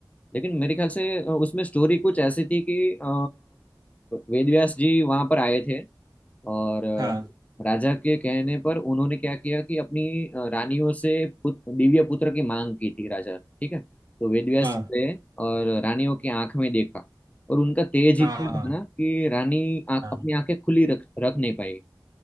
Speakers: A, on the left; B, on the right.
A: लेकिन मेरे ख्याल से अ, उसमें स्टोरी कुछ ऐसी थी कि अ, वेद व्यास जी वहाँ पर आए थे और अ,
B: हाँ
A: राजा के कहने पर उन्होंने क्या किया कि अपनी अ, रानियों से पुत, दिव्य पुत्र की मांग की थी राजा ठीक है तो वेद व्यास
B: हाँ
A: गए और रानियों की आंख में देखा और उनका तेज
B: हाँ
A: इतना
B: हाँ
A: था ना कि रानी आँख
B: हाँ
A: अपनी आंखें खुली रख रख नहीं पाई